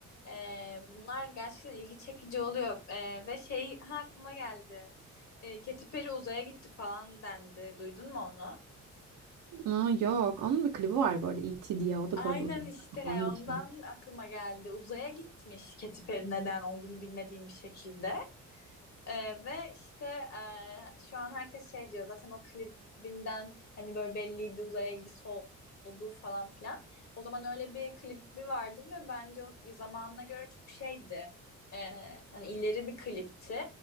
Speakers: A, on the left (about 60°); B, on the right (about 80°).
A: Ee, bunlar gerçekten ilgi çekici oluyor. Ee, ve şey ha, aklıma geldi. Ee, Katy Perry uzaya gitti falan dendi. Duydun mu onu?
B: Aa, yok onun bir klibi var bu arada E.T. diye o da
A: Aynen
B: böyle uzun
A: işte
B: falan
A: ondan
B: geçiyor.
A: aklıma geldi. Uzaya gitmiş Katy Perry neden olduğunu bilmediğim bir şekilde. Ee, ve işte e, şu an herkes şey diyor zaten o klibinden hani böyle belliydi uzaya ilgisi ol- olduğu falan filan. O zaman öyle bir klibi vardı ve bence o zamanına göre çok şeydi. Ee, hani ileri bir klipti.